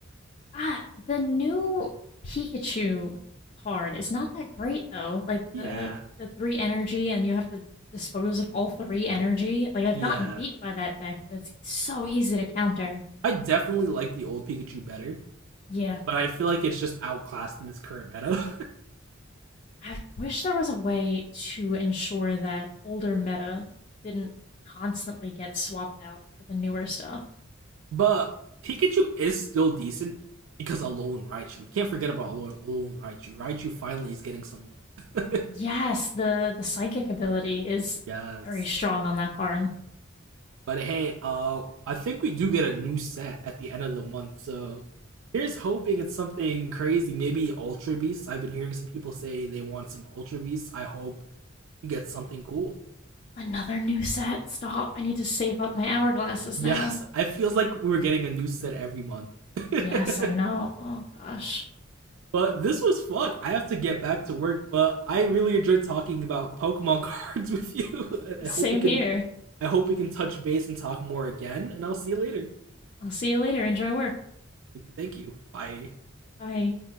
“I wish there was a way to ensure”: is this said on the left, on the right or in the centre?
Left